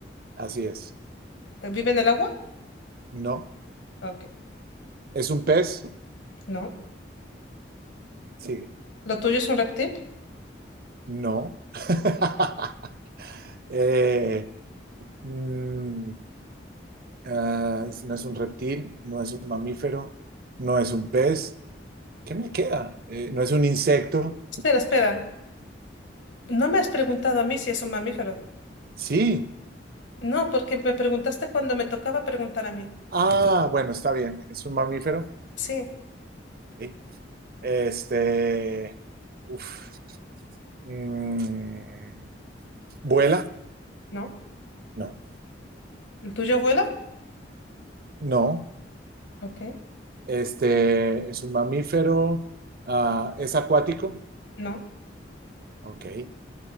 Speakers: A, on the right; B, on the left.
A: Así es.
B: ¿Vive en el agua?
A: No.
B: Ok,
A: ¿Es un pez?
B: no.
A: Sigue.
B: ¿Lo tuyo es un reptil?
A: No. <laughs> Eh, mm, ah, no es un reptil, no es un mamífero, no es un pez. ¿Qué me queda? Eh, ¿no es un insecto?
B: Espera, espera. No me has preguntado a mí si es un mamífero.
A: Sí.
B: No, porque me preguntaste cuando me tocaba preguntar a mí.
A: Ah, bueno, está bien. Es un mamífero.
B: Sí,
A: Ok. Este. Uf. Mm, ¿vuela?
B: no.
A: No.
B: ¿El tuyo vuela?
A: No.
B: Ok,
A: Este. Es un mamífero. Ah, ¿es acuático?
B: no.
A: Ok.